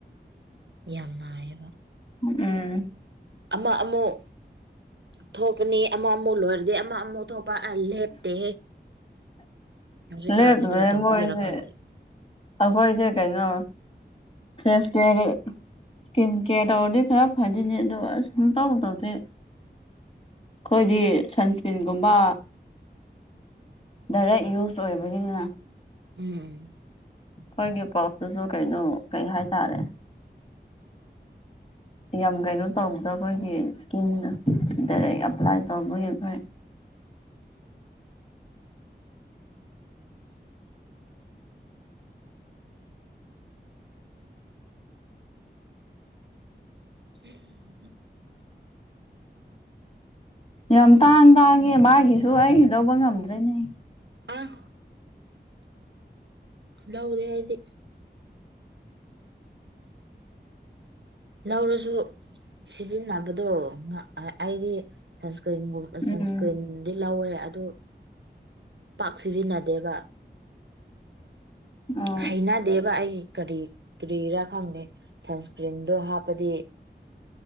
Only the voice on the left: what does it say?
ꯎꯝ
ꯂꯦꯞꯇꯕꯅꯦ
ꯃꯣꯏꯁꯦ
ꯑꯩꯈꯣꯏꯁꯦ ꯀꯩꯅꯣ ꯐꯦꯁ ꯀꯦꯒꯤ ꯏꯁꯀꯤꯟ ꯀꯦꯌꯥꯔ ꯇꯧꯔꯗꯤ ꯈꯔ ꯐꯗꯣꯏꯅꯦ ꯑꯗꯣ ꯑꯁ ꯁꯨꯡꯇꯧ ꯇꯧꯗꯦ ꯈꯣꯏꯗꯤ ꯁꯟꯁꯀ꯭ꯔꯤꯟꯒꯨꯝꯕ ꯗꯥꯏꯔꯦꯛ ꯌꯨꯁ ꯑꯣꯏꯕꯒꯤꯅꯤꯅ
ꯑꯩꯈꯣꯏꯒꯤ ꯄꯥꯎꯇꯨꯁꯨ ꯀꯩꯅꯣ ꯀꯩ ꯍꯥꯏꯇꯥꯔꯦ ꯌꯥꯝ ꯀꯩꯅꯣ ꯇꯧꯕꯗ ꯑꯩꯈꯣꯏꯒꯤ ꯏꯁꯀꯤꯟ ꯗꯥꯏꯔꯦꯛ ꯑꯦꯞꯄ꯭ꯂꯥꯏ ꯇꯧꯕꯒꯤ ꯑꯩꯈꯣꯏ
ꯌꯥꯝ ꯇꯥꯡ ꯇꯥꯡꯉꯦ ꯃꯥꯒꯤꯁꯨ ꯑꯩ ꯂꯧꯕ ꯉꯝꯗ꯭ꯔꯦꯅꯦ
ꯎꯝ
ꯎꯝ